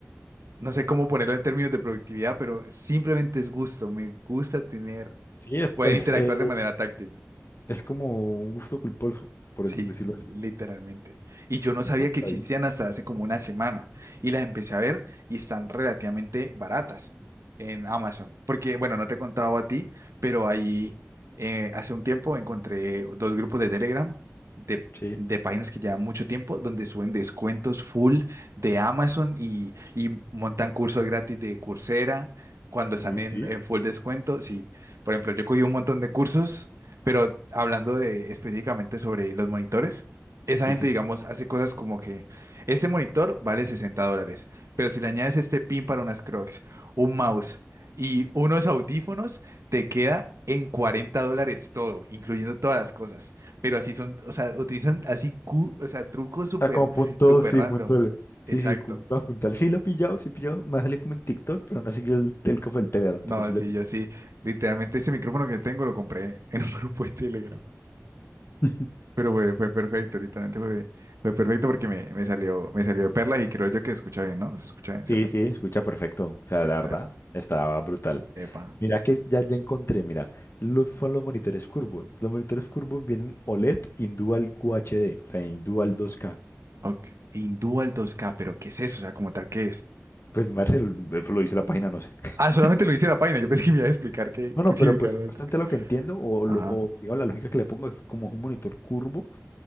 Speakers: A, on the right (about 75°); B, on the left (about 55°).
A: no sé cómo ponerlo en términos de productividad, pero simplemente es gusto, me gusta tener,
B: Sí, es,
A: poder
B: es,
A: interactuar
B: eh,
A: de manera táctil.
B: es como un gusto culposo, por
A: Sí,
B: es- decirlo
A: literalmente.
B: así.
A: Y yo no sabía
B: Ah, está
A: que existían
B: bien.
A: hasta hace como una semana. Y las empecé a ver y están relativamente baratas en Amazon. Porque, bueno, no te he contado a ti, pero ahí eh, hace un tiempo encontré dos grupos de Telegram de,
B: Sí,
A: de páginas que llevan mucho tiempo donde suben descuentos full de Amazon y, y montan cursos gratis de Coursera cuando están
B: uy,
A: en,
B: sí,
A: en full descuento. Sí, por ejemplo, yo cogí un montón de cursos. Pero hablando de específicamente sobre los monitores, esa
B: sí,
A: gente,
B: sí.
A: digamos, hace cosas como que este monitor vale 60 dólares, pero si le añades este pin para unas Crocs, un mouse y unos audífonos, te queda en 40 dólares todo, incluyendo todas las cosas. Pero así son, o sea, utilizan así, cu- o sea, trucos súper,
B: Está como punto,
A: súper
B: sí,
A: random.
B: punto L.
A: Exacto.
B: Sí, sí, punto puntual. Sí lo he pillado, sí he pillado. Me salió como en TikTok, pero no he seguido el telco del Telegram,
A: No,
B: pero sí
A: sí,
B: lo he
A: yo sí, literalmente este micrófono que tengo lo compré en un <laughs> grupo de Telegram.
B: pillado.
A: Pero fue, fue perfecto, literalmente fue, fue perfecto porque me, me salió, me salió de perlas y creo yo que se escucha bien, ¿no? Se escucha bien, ¿cierto?
B: Sí, sí, escucha perfecto. O sea,
A: Listo,
B: la verdad,
A: epa,
B: estaba brutal.
A: epa.
B: Mira que ya, ya encontré, mira, los, son los monitores curvos. Los monitores curvos vienen OLED in Dual QHD, o sea, in Dual 2K.
A: Ok. Hindú al 2K, pero ¿qué es eso? O sea, como tal, ¿qué es?
B: Pues Marcel, eso lo dice la página, no sé. <laughs>
A: Ah, solamente lo dice la página. Yo pensé que me iba a explicar qué,
B: Bueno,
A: qué significa
B: pero pues
A: Hindú al
B: bastante
A: 2K.
B: lo que entiendo, o, lo,
A: Ajá.
B: o digamos, la lógica que le pongo es como es un monitor curvo,